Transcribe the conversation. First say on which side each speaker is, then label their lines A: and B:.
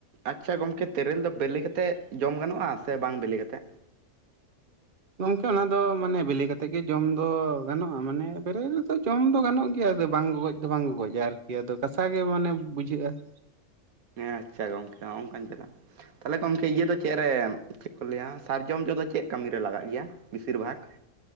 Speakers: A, on the right; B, on the right.
A: ᱟᱪᱪᱷᱟ ᱜᱚᱢᱠᱮ ᱛᱮᱨᱮᱞ ᱫᱚ ᱵᱮᱞᱤ ᱠᱟᱛᱮ ᱡᱚᱢ ᱜᱟᱱᱚᱜᱼᱟ ᱥᱮ ᱵᱟᱝ ᱵᱮᱞᱮ ᱠᱟᱛᱮᱸ?
B: ᱜᱚᱝᱠᱮ ᱚᱱᱟ ᱫᱚ ᱢᱟᱱᱮ ᱵᱮᱞᱤ ᱠᱟᱛᱮᱜ ᱜᱮ ᱡᱚᱢ ᱫᱚ ᱜᱟᱱᱚᱜᱼᱟ ᱢᱟᱱᱮ ᱵᱮᱨᱮᱞ ᱨᱮᱫᱚ ᱡᱚᱢ ᱫᱚ ᱜᱟᱱᱚᱜ ᱜᱮᱭᱟ ᱟᱫᱚ ᱵᱟᱝ ᱜᱚᱜᱚᱡ ᱫᱚ ᱵᱟᱝ ᱜᱚᱜᱚᱡ-ᱟ ᱟᱨᱠᱤ ᱟᱫᱚ ᱠᱟᱥᱟ ᱜᱮ ᱢᱟᱱᱮ ᱵᱩᱡᱷᱟᱹᱜᱼᱟ ᱾
A: ᱦᱮᱸ ᱟᱪᱪᱷᱟ ᱜᱚᱝᱠᱮ ᱦᱚᱸᱜᱼᱚᱱ ᱠᱟᱱ ᱡᱟᱜᱟ ᱾ ᱛᱟᱦᱞᱮ ᱜᱚᱢᱠᱮ ᱤᱭᱟᱹ ᱫᱚ ᱪᱮ ᱨᱮ ᱪᱮᱫ ᱠᱚ ᱞᱟᱹᱭᱟ ᱥᱟᱨᱡᱚᱢ ᱡᱚ ᱫᱚ ᱪᱮᱫ ᱠᱟᱢᱤ ᱨᱮ ᱞᱟᱜᱟᱜ ᱜᱮᱭᱟ? ᱵᱤᱥᱤᱨ ᱵᱷᱟᱜᱽ